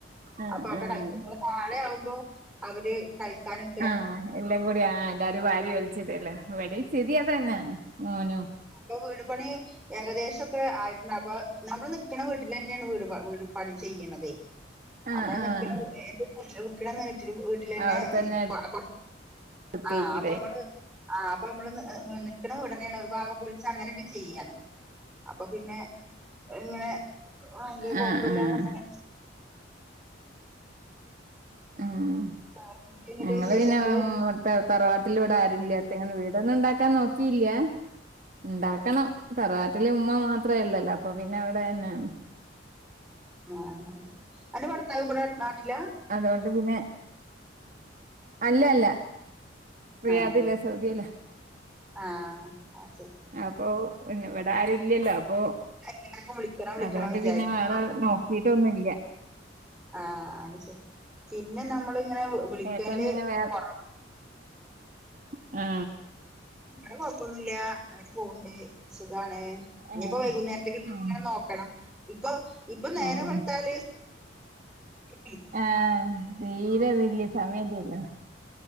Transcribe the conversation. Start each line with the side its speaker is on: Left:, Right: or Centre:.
Right: ആഹ്
Centre: അപ്പൊ അവടെ
Right: ആഹ്
Centre: കളിക്ക <unintelligible> താഴെ ആവുമ്പോ അവര് കഴിക്കാനൊക്കെ
Right: ആഹ് എല്ലാം കൂടി ആ എല്ലാരും വാരി വലിച്ചിടല്ലേ ഇവടിം സ്ഥിതി അതന്നെയാണ് മോനും
Centre: <unintelligible> പണി ഏകദേശം ഒക്കെ ആയിട്ട്ണ്ട് അപ്പൊ നമ്മള് നിക്ക്ണ വീട്ടിലെന്നേണ് വീട് വീട് പണി ചെയ്യണതേ
Right: ആഹ്
Centre: അമ്മള്
Right: ആഹ്
Centre: നിക്ക്ണ <unintelligible> ട്ടില് വീട്ടിലെന്നെ
Right: അവിടെത്തന്നെ
Centre: <unintelligible>
Right: എടുത്തേക്കില്ലേ
Centre: ആ അപ്പൊ അമ്മള് ആഹ് അപ്പൊ അമ്മള് നിക്ക്ണ വീടന്നേണ് ഭാഗം പൊളിച്ച അങ്ങനെയൊക്കെ ചെയ്യാണ് അപ്പൊ പിന്നെ എങ്ങനെ വല്ല്യ കൊഴപ്പില്ലാതെങ്ങനെ
Right: ആഹ് ആഹ് ഉം
Centre: എന്തൊക്കെയുണ്ട്
Right: ഞങ്ങള്
Centre: വിശേഷങ്ങള്
Right: പിന്നെ ഉം ത തറവാട്ടില് ഇവിടെ ആരുല്ല്യ <unintelligible> വീടൊന്നും ഉണ്ടാക്കാൻ നോക്കിയില്ല ഇണ്ടാക്കണം
Centre: ആഹ്
Right: തറവാട്ടില് ഉമ്മ മാത് ത്രേ ഉള്ളല്ലോ അപ്പൊ പിന്നെ അവിടെ തന്നെയാണ്
Centre: ആഹ് അൻ്റെ ഭർത്താവ് ഇബടെ നാട്ടിലാ
Right: അതുകൊണ്ട് പിന്നെ അല്ല അല്ല റിയാദിലാ
Centre: ആഹ്
Right: സൗദിയേലാ
Centre: ആഹ് അത് ശരി
Right: അപ്പൊ ന്നെ ഇവിടെ ആരൂല്ല്യല്ലോ അപ്പൊ
Centre: എല്ലാർക്കും വിളിക്കണം വിളിക്കണം
Right: അതുകൊണ്ട്
Centre: വിചാരിക്കുട്ടോ
Right: പിന്നെ വേറെ നോക് ക്കീട്ടൊന്നുല്ല്യ
Centre: ആഹ് അത് ശരി പിന്നെ നമ്മ പ്പോ ങ്ങനെ വിളിക്കല്
Right: ഏട്ടൻ പിന്നെ വേറെ
Centre: കൊറവ
Right: ആ
Centre: ഇവടെ കൊഴപ്പൊന്നുല്ല അങ്ങനെ പോവ്ണ്ട് സുഖാണ് ഇനി
Right: ഏഹ്
Centre: ഇപ്പോ വൈകുന്നേരത്തേക്ക്
Right: ആഹ്
Centre: ഇങ്ങനെ നോക്കണം ഇപ്പൊ ഇപ്പൊ നേരെ
Right: അതെ
Centre: വെള്ത്താല് <unintelligible> <unintelligible>
Right: ആഹ് തീരെ വല്യ സമയല്ലല്ലോ